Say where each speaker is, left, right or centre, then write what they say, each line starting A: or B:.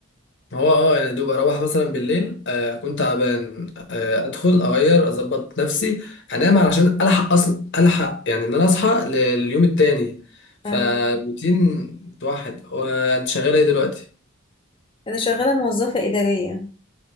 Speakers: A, on the left (about 60°); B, on the left (about 25°).
A: هو اه يعني دوب اروح مثلا بالليل آه اكون تعبان آه ادخل اغير اظبط نفسي انام علشان الحق اصلا الحق يعني ان انا اصحى لليوم التاني فروتين
B: ايوه
A: واحد هو انت شغاله ايه دلوقتي
B: انا شغالة موظفة إدارية